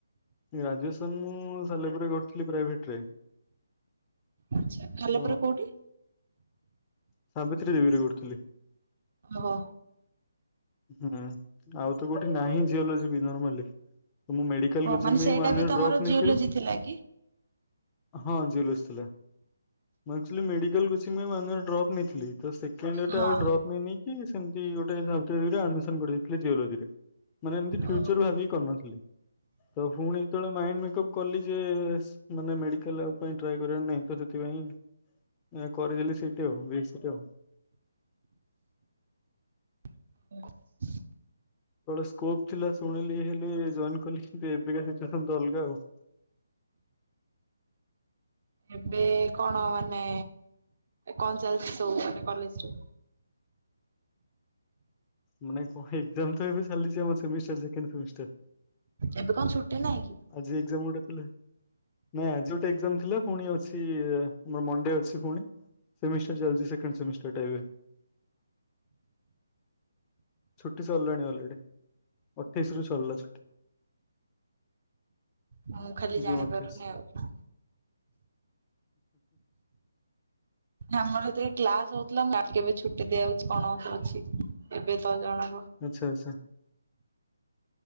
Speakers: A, on the left; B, on the right.
A: ଗ୍ରାଜୁଏସନ ମୁଁ ସାଲେପୁରରେ କରିଥିଲି ପ୍ରାଇଭେଟରେ
B: ଆଛା, ସାଲେପୁର
A: ତ
B: କୋଉଠି?
A: ସାବିତ୍ରୀ ଦେବୀରେ କରୁଥିଲି।
B: ଓ ହୋ।
A: ହୁଁ ଆଉ ତ କୋଉଠି ନାହିଁ ଜିଓଲୋଜି ବି ନର୍ମାଲି ମୁଁ ମେଡିକାଲକୁ
B: ଓ
A: <unintelligible>
B: ମାନେ ସେଇଟା ବି ତମର
A: ଡ୍ରପ
B: ଜିଓଲୋଜି
A: ନେଇଥିଲି।
B: ଥିଲା କି?
A: ହଁ ଜଲ <unintelligible> ମୁ ଆ କିଛିୟ <unintelligible> ମ ଡ୍ରପ୍ ନେଇଥିଲି। ତ ସେକେଣ୍ଡ ଇର
B: ହଁ
A: ଆଉ ଡ୍ରପ୍ ନେଇନିକି ସେମିତି ଗୋଟେରେ ଆଡମିସନ କରିଦେଇଥିଲେ ଜିଓଲୋଜିରେ ମାନେ ଏମତି ଫ୍ୟୁଚର
B: ଓ
A: ଭାବିକି କରିନଥିଲଥିଲେ ତ ପୁଣି ଯେତେବେଳେ ମାଇଣ୍ଡ ମେକଅପ୍ କଲି ଯେ <unintelligible> ନ ମେଡିକାଲ କର ନାଁ ସେଥିପାଇଁ ସେଠି ଆଉ ଆଉ।
B: <inaudible>
A: ସ୍କୋପ ଥିଲା ଶୁଣିଲି ହେ ଜଏନ କଲି, ଏବେକା ସିଚୁଏସନ ତ ଅଲଗା ଆଉ। <inaudible>
B: ଏବେ କଣ ମାନେ କଣ ଚାଲିଛି ସବୁ ମାନେ କଲେଜରେ
A: ମାନେ କଣ ଏାମ ତ ଏବେ ଚାଲିଛି ଆମଷ୍ଟ
B: ଏବେ କଣ ଛୁଟି ନାହିଁ କି?
A: ଆଜି ଏଜାମ ଗୋଟେ ଥିଲା। ନାଇଁ ଆଜି ଗୋଟେ ଏଜାମ ଥିଲା, ପୁଣି ଅଛି ଆର ମଣ୍ଡେ ଅଛି ପୁଣି ସେମିଷ୍ଟର ଚାଲଛି ସେକଣ୍ଡ ସେମିଷ୍ଟର ଟାଇବେ। ଛୁଟି ସରିଲାଣି ଅଲରେଡି, ଅଠେଇଶି ରୁ ସରିଲା ଛୁଟି
B: ମୁଁ ଖାଲି
A: ଜୁନ
B: ଜାଣିପାରୁନି
A: ଅଠେଇଶ
B: ଆଉ ହମର ଏ ଦେ କ୍ଲାସ ହଉଥିଲା ମୁଁ କେବେ ଛୁଟି ଦିଆଯାଉଛି, କଣ ଅଛି ଏବେ ତ ଜଣ
A: ଆଛା ଆଛା।